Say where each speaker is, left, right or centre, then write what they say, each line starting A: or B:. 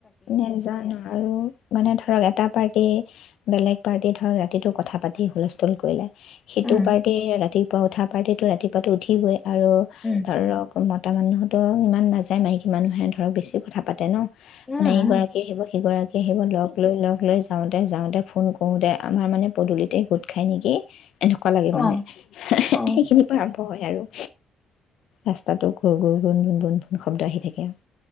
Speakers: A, on the left; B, on the left.
A: নেজানো আৰু মানে ধৰক এটা পাৰ্টি তি বেলেগ পাৰ্টি ধৰক ৰাতিটো কথা পাতি হুলস্থুল কৰিলে সেইটো
B: উম
A: পাৰ্টি ৰাতি পোৱা উঠা পাৰ্টিটো ৰাতিপুৱাটো উঠিবই। আৰু
B: উম
A: ধৰক মতা মানুহত ত ইমান নাযায় মাহকী মানুহে ধৰক বেছি কথা পাতে ন
B: উম
A: নাইীগৰাকী আহিব সিগৰাকী আহিব লগ লৈ লগ লৈ যাও ততে যাওঁতে ফোন কৰোতে আমাৰ মানে পদূলিতে গোট খাই নেকি এনেকুৱা লাগে মানে
B: অ
A: সেইখিনিৰ
B: অ
A: পৰা আৰম্ভ হয় আৰু ৰাস্তাতো গ গুৰ গণভোন গণভোন শব্দ আহি থাকে আৰু